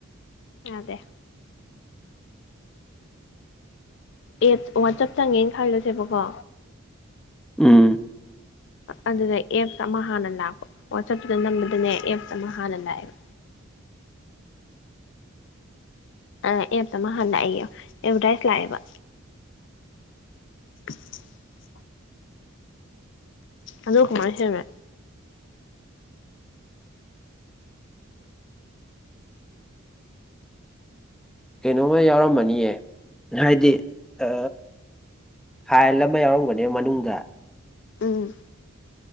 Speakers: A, on the left; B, in the centre.
A: ꯌꯥꯗꯦ <unintelligible> ꯑꯦꯠ ꯋꯥꯆꯞ ꯆꯪꯉꯦꯟ ꯈꯜꯂꯁꯦꯕꯀꯣ
B: ꯎꯝ
A: ꯑꯗꯨꯗ ꯑꯦꯞꯁ ꯑꯃ ꯍꯥꯟꯅ ꯂꯥꯛꯄ ꯋꯥꯆꯞꯇꯨꯗ ꯅꯝꯕꯗꯅꯦ ꯑꯦꯞꯁ ꯑꯃ ꯍꯥꯟꯅ ꯂꯥꯛꯑꯦ ꯑ ꯑꯦꯞꯇ ꯑꯃ ꯍꯥꯟ ꯂꯥꯛꯑꯦꯌꯣ ꯑꯕꯗꯥꯏꯁ ꯂꯥꯛꯑꯦꯕ <inaudible> ꯑꯗꯨ ꯀꯨꯃꯥꯢ ꯁꯦꯃꯦ
B: ꯀꯩꯅꯣꯝꯃ ꯌꯥꯎꯔꯝꯃꯅꯤꯌꯦ ꯍꯥꯏꯗꯤ ꯑ ꯐꯥꯏꯜ ꯑꯃ ꯌꯥꯎꯔꯝꯒꯅꯦ ꯃꯅꯨꯡꯗ
A: ꯎꯝ